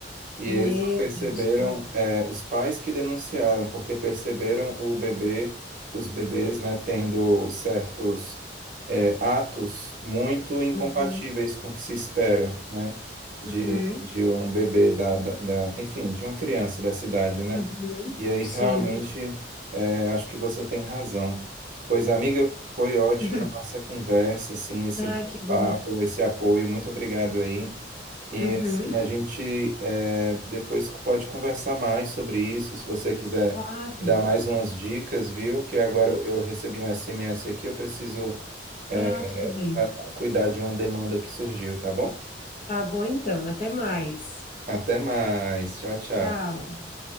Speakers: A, on the right; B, on the left.
A: E
B: meu
A: eles só perceberam,
B: Deus, que horror.
A: é, os pais que denunciaram, porque perceberam o bebê, os bebês, né, tendo certos, é, atos muito incompatíveis
B: Uhum,
A: com o que se espera, né, de,
B: uhum,
A: de um bebê da, da, da- enfim, de uma criança dessa idade, né?
B: uhum.
A: E aí
B: Sim.
A: realmente, é, acho que você tem razão. Pois, amiga, foi ótima
B: <laughs>
A: a nossa conversa, assim, esse
B: Ai, que bom.
A: papo, esse apoio. Muito obrigado aí. E
B: Uhum,
A: assim, a gente é, depois pode conversar mais sobre isso, se você quiser
B: Claro.
A: me dar mais umas dicas, viu? Que agora eu recebi um SMS aqui, eu preciso é,
B: Ah, tudo bem.
A: a- a- cuidar de uma demanda que surgiu, tá bom?
B: Tá bom então. Até mais.
A: Até mais. Tchau, tchau.
B: Tchau.